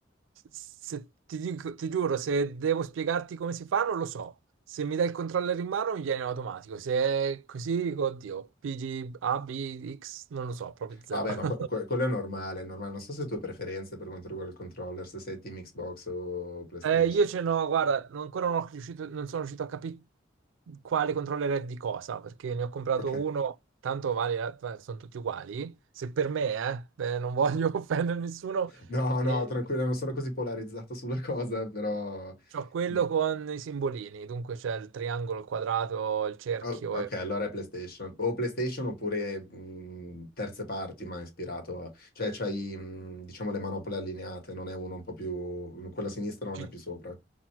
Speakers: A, on the right (about 80°); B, on the left (about 50°).
A: se- ti dico- ti giuro, se devo spiegarti come si fa, non lo so. Se mi dai il controller in mano mi viene in automatico. Se è così, dico, oddio, PG, A, B, X, non lo so, proprio zero.
B: Vabbè, ma que- que-
A: <laughs>
B: quello è normale, è normale. Non so se tu hai preferenze per quanto riguarda il controller, se sei team Xbox o PlayStation.
A: Eh, io ce n'ho, guarda, non- ancora non, ho riuscito- non sono riuscito a capire quale controller è di cosa, perché ne ho comprato
B: Ok.
A: uno, tanto vale, la- vale- sono tutti uguali. Se per me, eh, eh, non voglio <laughs> offendere nessuno,
B: No,
A: eh,
B: no, tranquilla, non sono così polarizzato sulla cosa, però...
A: C'ho quello
B: Mm.
A: con i simbolini, dunque c'è il triangolo, il quadrato, il cerchio
B: Oh, ok,
A: e...
B: allora è PlayStation. O PlayStation oppure mh, terze parti, ma ispirato a... Cioè, c'hai, mh, diciamo, le manopole allineate, non è uno un po' più... mm, Quella sinistra non
A: Ci-
B: è più sopra.